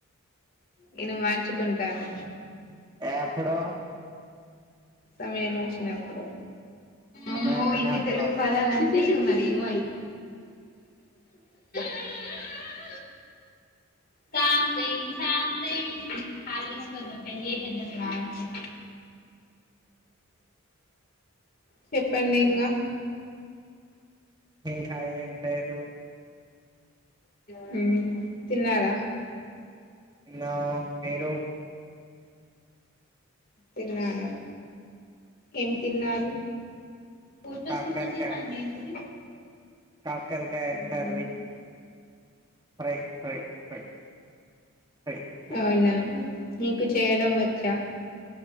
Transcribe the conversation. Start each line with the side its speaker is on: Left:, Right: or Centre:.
Left: నేను మార్చుకుంటాను.
Right: ఎప్పుడో
Left: సమయం వచ్చినప్పుడు
Right: సమయం
Left: అమ్మో ఇన్ని
Right: ఎప్పుడో
Left: తెలుగు
Right: వస్తుంది.
Left: పదాలంటే ఇక మేం <unintelligible> శాంత శాంతష్దా పలిద్దా మంచి చెప్పండి ఇంగా
Right: ఏం కాదంటే కాదు
Left: ఊ తిన్నారా
Right: తిన్నాము మీరు
Left: తిన్నాను. ఏం తిన్నారు. ఫోటో
Right: కాకరకాయ
Left: సింతసిస్ అంటే ఏంటిది.
Right: కాకరకాయ
Left: మ్మ్
Right: curry
Left: హ్మ్
Right: fry fry fry fry fry
Left: అవునా నీకు చేయడం వచ్చా